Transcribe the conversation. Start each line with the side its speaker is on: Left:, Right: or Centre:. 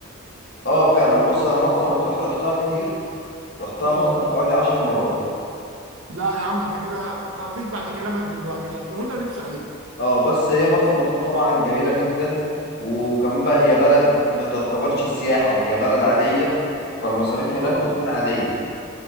Left: اه فعلا بص انا مرسى مطروح رحتها كتير رحتها
Right: اه
Left: مثلا حوالي عشر مرات
Right: لا يا عم انت كده ما فيش بعد كلامك دلوقتي اللي هتقوله لنا نمشي عليه
Left: اه بس هي مرسى مطروح طبعا جميلة جدا وكمان بقى هي بلد ما تعتبرش السياحة هي بلد عادية فالمصاريف هناك
Right: اه
Left: هتكون عادية